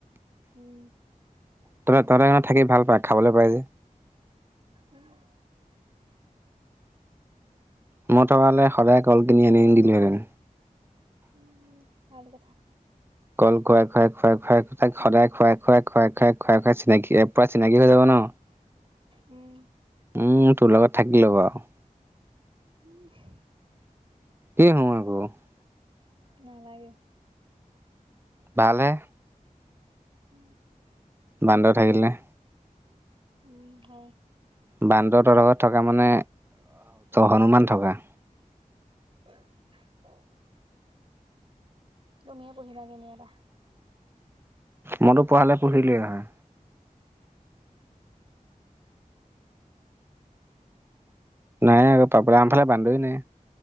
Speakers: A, on the right; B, on the right.
A: উম।
B: তত তহঁত সেয়াত থাকি ভাল পায় খাবলে পায় যে।
A: উম।
B: মই থকা হলে সদায় কল কিনি আনি দিলো হেতেন।
A: উম ভাল কথা।
B: কল খুৱাই খুৱাই খুৱাই খুৱাই তাক সদায় খুৱাই খুৱাই খুৱাই খুৱাই খুৱাই খুৱাই চিনাকি এ পুৰা চিনাকি হৈ যাব ন
A: উম।
B: উম তোৰ লগত থাকি লব আওঔ।
A: উম।
B: কি‌ <unintelligible>
A: নেলাগে।
B: ভালহে।
A: উম।
B: বান্দৰ থাকিলে।
A: উম হয়।
B: বান্দৰ তহঁতৰ ঘৰত থকা মানে হনুমান থকা।
A: <inaudible> তুমিয়ে পোহিবাগে নি এটা।
B: মইতো পোহা হ'লে পুহিলোৱে হয়। নাই আকৌ পাবলে, আমাফালে বান্দৰেই নাই।